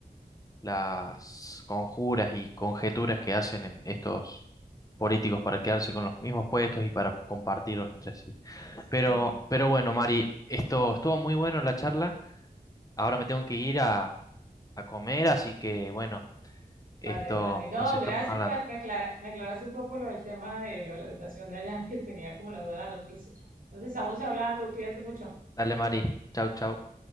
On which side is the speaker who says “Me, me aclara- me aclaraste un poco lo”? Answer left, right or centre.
Right